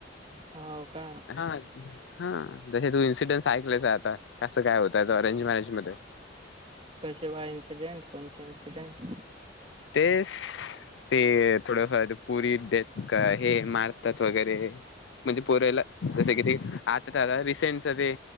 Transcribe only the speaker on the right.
हो का
कसे बा इन्सडेंट? कुणचे इन्स्डेंट?
हा